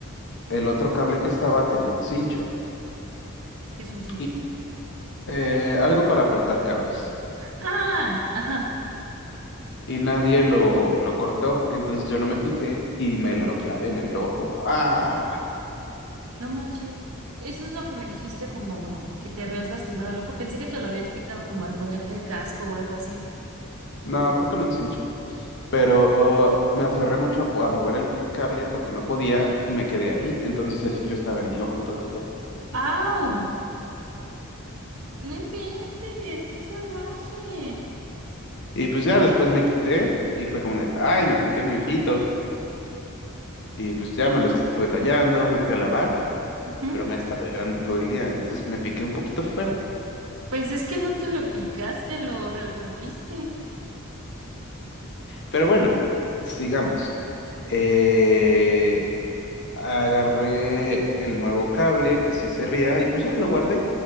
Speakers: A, on the left; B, on the right.
A: el otro cable que estaba tenía un cincho.
B: que es un cincho.
A: Y, eh, algo para apretar cables.
B: Ah, ajá,
A: Y nadie lo, lo cortó. Entonces yo no me fijé y me lo clavé en el ojo. ¡Ah!
B: no manches. Eso es lo que me dijiste como que te habías lastimado el ojo. Pensé que te lo habías picado como al ponerte el casco o algo así.
A: No, fue con un cincho. Pero me aferré mucho a, po- a mover el cable porque no podía y me quedé ahí. Entonces el cincho estaba en mi ojo todavía.
B: ¡Au! No inventes, qué salvaje.
A: Y pues ya después me quité y fue como de, ay, me piqué mi ojito. Y pues ya me lo estuve tallando, me fui a lavar,
B: Ujú.
A: pero me ha estado llorando todo el día. Entonces me piqué un poquito fuerte.
B: Pues es que no te lo picaste, lo revolviste.
A: Pero bueno, sigamos. Eh, agarré el nuevo cable que sí servía y pues ya lo guardé.